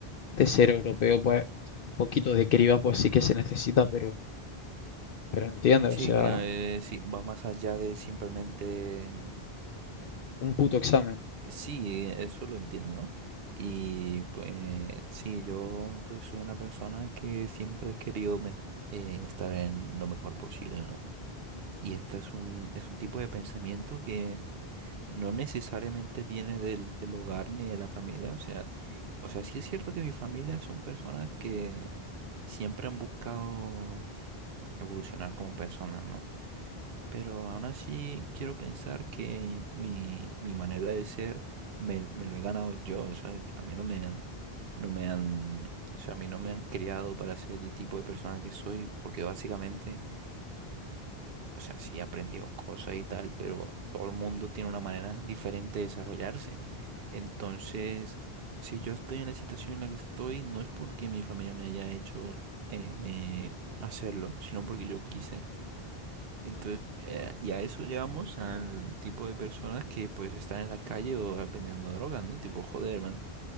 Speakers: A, on the left; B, on the right.
A: de ser europeo, pues un poquito de criba, pues sí que se necesita, pero, pero entiende,
B: Sí,
A: o sea,
B: claro, eh, sí, va más allá de simplemente mm,
A: un puto examen.
B: Sí, eso lo entiendo. Y pues sí, yo pues soy una persona que siempre he querido me- eh, estar en lo mejor posible, ¿no? Y este es un, es un tipo de pensamiento que no necesariamente viene del, del hogar ni de la familia. O sea, o sea, sí es cierto que mi familia son personas que siempre han buscado evolucionar como personas, ¿no? Pero aún así quiero pensar que mi, mi manera de ser me, me lo he ganado yo. O sea, a mí no me han, no me han, o sea, a mí no me han criado para ser el tipo de persona que soy, porque básicamente, o sea, sí he aprendido cosas y tal, pero todo el mundo tiene una manera diferente de desarrollarse. Entonces, si yo estoy en la situación en la que estoy, no es porque mi familia me haya hecho eh, hacerlo, sino porque yo quise. Entonces, eh, y a eso llegamos al tipo de personas que pues están en la calle o eh, vendiendo drogas, ¿no? Tipo, joder, man,